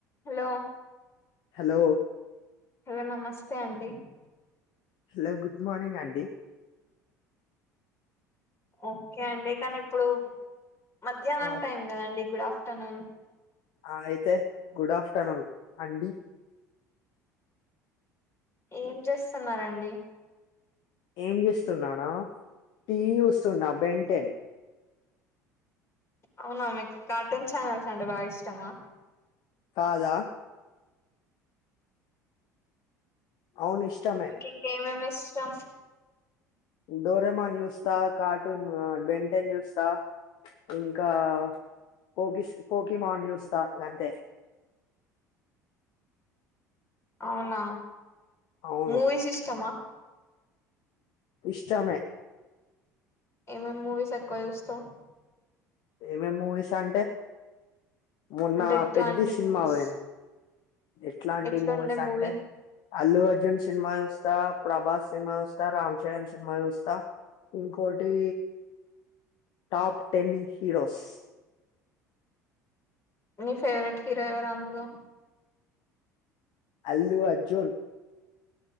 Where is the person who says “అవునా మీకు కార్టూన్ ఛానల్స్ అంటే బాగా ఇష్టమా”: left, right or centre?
Left